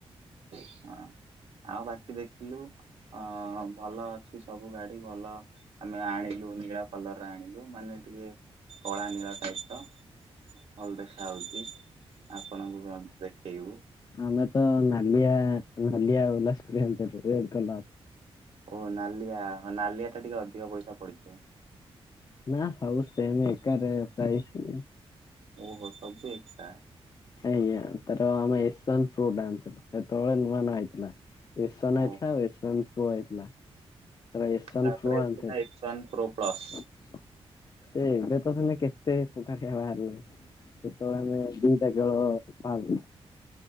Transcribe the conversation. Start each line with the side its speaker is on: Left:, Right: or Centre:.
Right: ହଁ। ଆଉ ବାକି ଦେଖିଲୁ ଅ ଭଲ ଅଛି ସବୁ ଗାଡି ଭଲ। ଆମେ ଆଣିଲୁ ନୀଳ କଲର ଆଣିଲୁ ମାନେ ଟିକେ କଳା ନୀଳ ଟାଇପ୍ ର। ଭଲ ଦେଖା ହଉଛି ଆପଣଙ୍କୁ ବି ମଧ୍ୟ ଦେଖେଇବୁ।
Left: ଆମେ ତ ନାଲିଆ ନାଲିଆ ଓଲା ସ୍କୁଟି ଆଣିଥିଲୁ ରେଡ କଲର।
Right: ଓ ନାଲିଆ ହଁ ନାଲିଆ ତ ଟିକେ ଅଧିକ ପଇସା ପଡିଥିବ।
Left: ନା ସବୁ ସେମ୍ ଏକା ରେଟ୍ ଟା ହେଇଛି।
Right: ଓହୋ ସବୁ ଏକା।
Left: ଆଜ୍ଞା ତାର ଆମେ ଏସ୍ ୱାନ ପ୍ରୋ ଟା ଆଣିଥିଲୁ ହେତେବେଳେ ନୂଆ ନୂଆ ଆଇଥିଲା। ଏସୱାନ୍
Right: ଓ
Left: ଆଇଥିଲା ଆଉ ଏସୱାନ୍ ପ୍ରୋ ଆଇଥିଲା। ତ ଏସ ୱାନ
Right: ତାପରେ
Left: ପ୍ରୋ
Right: ଏଟା
Left: ଆଣିଥିଲୁ।
Right: ଏକ୍ସୱାନ ପ୍ରୋ ପ୍ଲସ୍
Left: ସେ ଏବେ ତ ମାନେ କେତେ ପ୍ରକାରିଆ ବାହାରି ଲାଣି ସେତେବେଳେ ଆମେ ଯୋଉ ସେ କେବଳ ପାଉ।